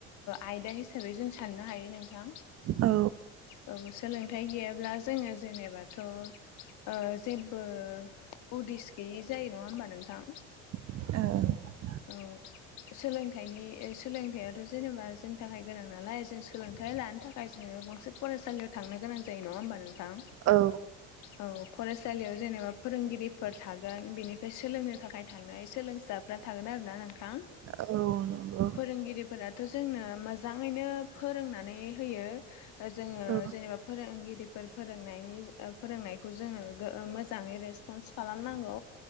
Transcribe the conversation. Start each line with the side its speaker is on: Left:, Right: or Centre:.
Left: आयदा हिसाबै जों साननो हायो नोंथां
Right: औ
Left: औ सोलोंथाइ गैयाब्ला जोङो जेनेबाथ' ओ जेबो उदिस गैयि जायो नङा होमबा नोंथां
Right: औ
Left: औ सोलोंथाइनि सोलोंथाइथ' जेनेबा जोंनि थाखाय गोनां नालाय जों सोलोंथाइ थाइ लानो थाखाय जोङो गंसे फरायसालियाव थांनो गोनां जायो नङा होमबा नोंथां
Right: औ
Left: औ फरायसालियाव जेनेबा फोरोंगिरिफोर थागोन बिनिफ्राय सोलोंनो थाखाय थांनाय सोलोंसाफ्रा थागोन आरोना नोंथां
Right: औ नंगौ
Left: फोरोंगिरिफोराथ' जोंनो मोजाङैनो फोरोंनानै होयो जोङो
Right: औ
Left: जेनेबा फोरोंगिरि फोर फोरोंनायनि ओ फोरोंनायखौ जोङो ओ मोजाङै रेसपन्स खालामनांगौ